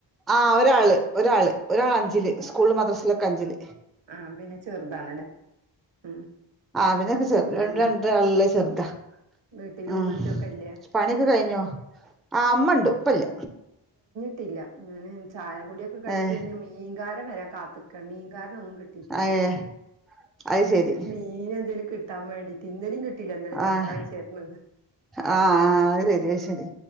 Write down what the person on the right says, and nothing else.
ആഹ പിന്നെ ചെറുതാണല്ലേ ഉം
പിന്നെന്താ?
വീട്ടില്
ഉമ്മേം ഉപ്പേംക്കെ ഇല്ലേ
<unintelligible> ഇങ്ങനെ ചായ കുടി ഒക്കെ കഴിഞ്ഞിട്ട്
<unintelligible> മീങ്കാരൻ വരാൻ കാത്ത്ക്കാണ് മീങ്കാര ന്നും കിട്ടിട്ടില്ല
മീൻ എന്തലും കിട്ടാൻ വേണ്ടിട്ട്, ഇന്നലിം കി ട്ടില്ല. ഇന്നലെ ഞായറാ്ച
ആയിരുന്നു